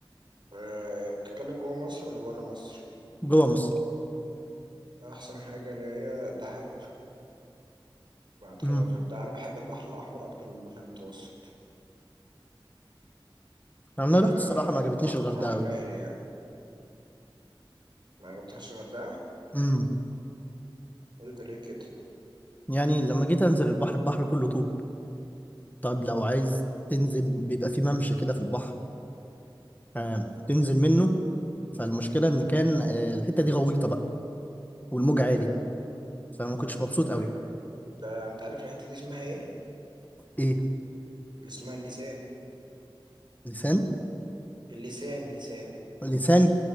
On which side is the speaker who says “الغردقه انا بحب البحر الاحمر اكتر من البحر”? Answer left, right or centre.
Right